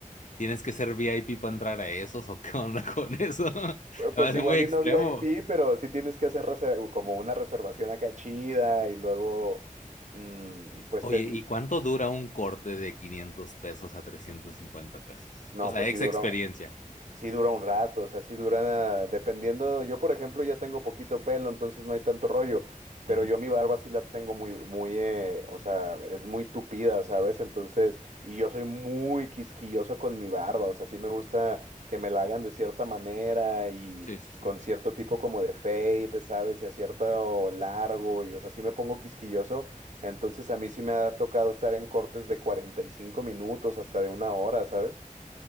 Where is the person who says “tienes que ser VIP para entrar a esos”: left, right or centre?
Left